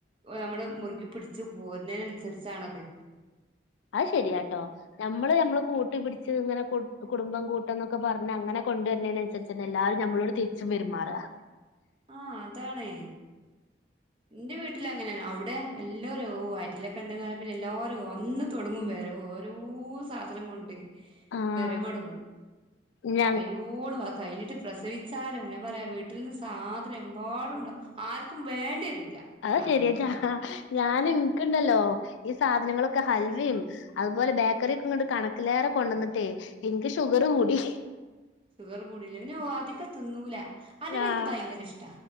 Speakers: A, on the right; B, on the left.
A: നമ്മള് മുറുകി പിടിച്ചു പോരുന്നന് അനുസരിച്ചാണത്
B: അത് ശെരിയാട്ടോ നമ്മള് നഞമ്മള് കൂട്ടി പിടിച്ച് ഇങ്ങനെ കു കുടുംബം കൂട്ടം എന്നൊക്കെ പറഞ് അങ്ങനെ കൊണ്ടുവരുന്നതിനന് അനുസരിച്ച് തന്നെ എല്ലാരും നമ്മളോട് തിരിച്ചും പെരുമാറുക
A: ആഹ അതാണേ എന്റെ വീട്ടില അങ്ങനെയാണ് അവിടെ എല്ലാവരും ഓ ആറ്റിലൊക്കെ ഉണ്ടന്ന് പറഞ്ഞ പിന്നെ എല്ലാവരും അന്ന് തുടങ്ങുമ്പ ഓരോ സാധനം കൊണ്ട്
B: ആഹ്
A: വിറവൊന്നങ്ങും
B: ഞ
A: കയ്യോളവാ കയ്യിലിട്ട് പ്രസവിച്ചാലും ഞാൻ പറയാ വീട്ടിൽ നിന്ന് സാധനം എമ്പാടുണ്ടാവും ആർക്കും വേണ്ടി വരൂല
B: അഹ
A: സാധനങ്ങളൊന്നും
B: ശെരിയാ <unintelligible> ഞാനും ക്ക്ണ്ടല്ലോ ഈ സാധനങ്ങളൊക്കെ ഹൽവിം അതുപോലെ ബേക്കറിയൊക്കെങ്ങട്ട് കണക്കിലേറെ കൊണ്ടന്ന്ട്ടേ ഇൻക്ക് ഷുഗർ കൂടി
A: ഷുഗർ കൂടിലെ പിന്നെ ഓ അധക തിന്നൂല അലവിൻക്ക്
B: ആഹ്
A: ഭയങ്കരഷ്ട